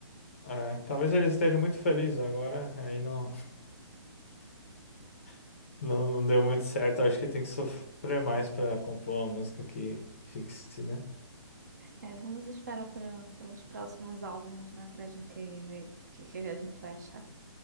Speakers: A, on the left; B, on the right.
A: é, talvez eles estejam muito felizes agora, aí não, <laughs> não, não deu muito certo, acho que tem que sofrer mais pra compor uma música que fixe, né?
B: É, vamos esperar para pelos próximos álbuns, né, para a gente ver o que, que a gente vai achar.